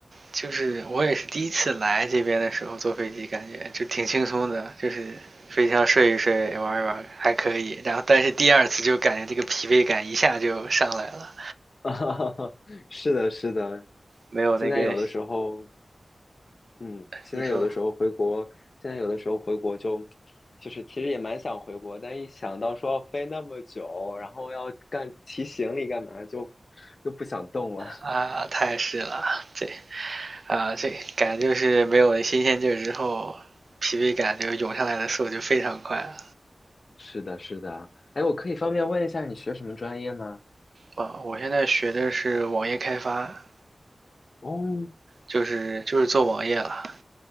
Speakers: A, on the right; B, on the left.
A: 就是我也是第一次来这边的时候坐飞机，感觉就挺轻松的，就是飞机上睡一睡、玩一玩还可以。然后但是第二次就感觉这个疲惫感一下就上来了，
B: <laughs> 是的，是的，
A: 没有那个
B: 现在有的时候。嗯，现在有的时候回国，
A: 你说
B: 现在有的时候回国就，就是其实也蛮想回国，但一想到说要飞那么久，然后要干提行李干嘛，就又不想动了。<laughs>
A: 啊太是了，这啊这感觉就是没有新鲜劲儿之后，疲惫感就涌上来的速度就非常快了。
B: 是的，是的。哎，我可以方便问一下你学什么专业吗？
A: 啊，我现在学的是网页开发，
B: 哦，
A: 就是就是做网页了，